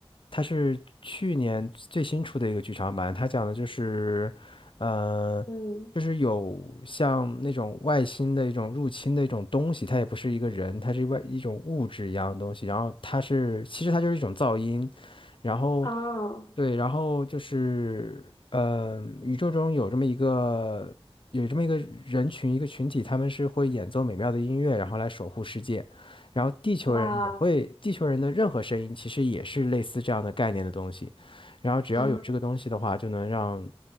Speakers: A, on the left; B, on the left.
A: 它是去年最新出的一个剧场版，它讲的就是，呃，
B: 嗯，
A: 就是有像那种外星的一种入侵的一种东西，它也不是一个人，它是外一种物质一样的东西，然后它是其实它就是一种噪音，然后
B: 哦，
A: 对，然后就是，呃，宇宙中有这么一个有这么一个人群，一个群体，他们是会演奏美妙的音乐，然后来守护世界。然后地球人也会，
B: 哇，
A: 地球人的任何声音其实也是类似这样的概念的东西。然后只要有这个东西的话，
B: 啊，
A: 就能让